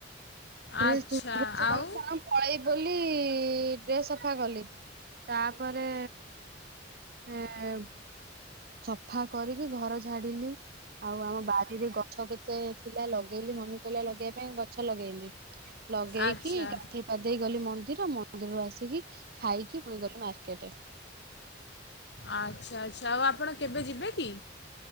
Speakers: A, on the right; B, on the left.
A: ଡ୍ରେସ୍
B: ଆଚ୍ଛା
A: <unintelligible>
B: ଆଉ
A: ପଳେଇ ବୋଲି ଡ୍ରେସ୍ ସଫା <unintelligible> ଲି ତା ତାପରେ ଏ ଏ ୟେଁ ସଫା କରିକି ଘର ଝାଡିଲି ଆଉ ଆମ ବାରିରେ ଗଛ କେତେ ଥିଲା ଲଗେଇଲି ମମି କହିଲା ଲଗେଇବା ପାଇଁ ଗଛ ଲଗେଇଲି। ଲଗେଇକି
B: ଆଚ୍ଛା
A: ଗାଧେଇ ପାଧେଇ ଗଲି ମନ୍ଦି ର ମନ୍ଦିରରୁ ଆସିକି ଖାଇକି ପୁଣି ଗଲେ ମାର୍କେଟେ।
B: ଆଚ୍ଛା ଆଚ୍ଛା ଆଉ ଆପଣ କେବେ ଯିବେ କି?